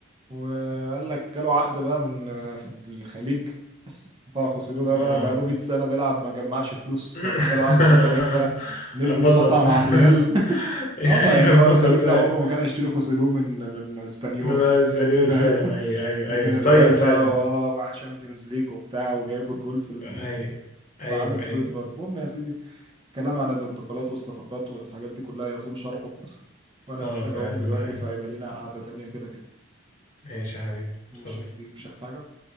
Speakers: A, on the right (about 25°); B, on the left (about 40°).
A: وقال لك جاله عقد بقى من في الخليج طبعا خوسيلو ده
B: اه
A: بقى بقى له 100 سنة بيلعب ما جمعش فلوس
B: <laughs>
A: فلما جاله عقد في الخليج بقى نجم
B: اتبسط
A: وسطع مع الريال <laughs>
B: <laughs> ايوه
A: اه ما يعني
B: اتبسط
A: هو الخليج
B: فعلا
A: ده عمره ما كان هيشتري خوسيلو من من اسبانيول
B: من آه، اسبانيول
A: فاهم
B: فعلا
A: <laughs>
B: ايوه ايوه
A: لكن
B: ايوه
A: الريال
B: صيط
A: بقى
B: فعلا
A: اه مع شامبيونز ليج وبتاع وجايب الجول في ال...
B: ايوه ايوه
A: فعامل
B: ايوه
A: صيد برضه المهم يا سيدي كلام عن الانتقالات والصفقات والحاجات دي كلها يطول شرحه <laughs> وانا
B: اه
A: محتاج
B: فعلا
A: اقوم دلوقتي
B: ده حقيقي
A: فهيبقى لينا قعدة تانية كده كده
B: ماشي يا حبيبي
A: ماشي
B: اتفضل
A: يا كبير مش عايز حاجة